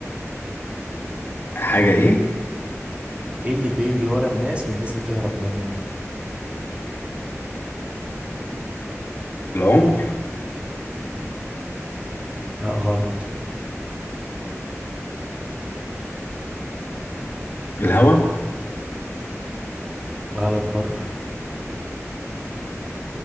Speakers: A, on the left (about 45°); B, on the right (about 20°).
A: حاجه ايه
B: ايه اللي بيجري ورا الناس والناس بتهرب منه
A: العمر
B: لا غلط
A: الهوى
B: غلط برضو